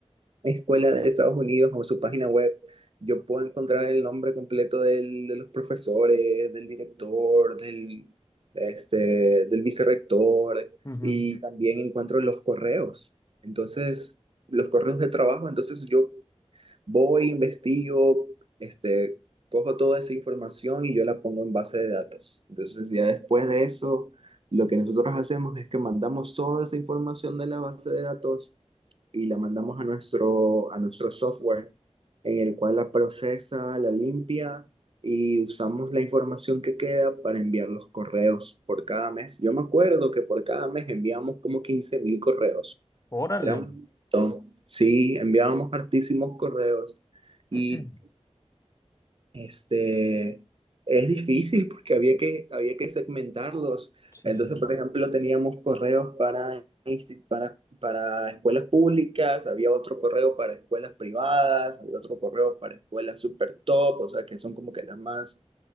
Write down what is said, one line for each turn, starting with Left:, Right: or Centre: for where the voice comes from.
Right: escuela de Estados Unidos o su página web, yo puedo encontrar el nombre completo del- de los profesores, del director, del, este, del vicerrector,
Left: Ujú.
Right: y también encuentro los correos. Entonces, los correos de trabajo, entonces yo Voy, investigo, este, cojo toda esa información y yo la pongo en base de datos. Entonces, ya después de eso, lo que nosotros hacemos es que mandamos toda esa información de la base de datos y la mandamos a nuestro, a nuestro software, en el cual la procesa, la limpia y usamos la información que queda para enviar los correos por cada mes. Yo me acuerdo que por cada mes enviamos como quince mil correos.
Left: Órale.
Right: Era un montón. Sí, enviábamos hartísimos correos. Y
Left: <clears throat>
Right: este es difícil porque había que, había que segmentarlos.
Left: Sí.
Right: Entonces, por ejemplo, teníamos correos para, insti- para, para escuelas públicas, había otro correo para escuelas privadas, había otro correo para escuelas super top, o sea, que son como que las más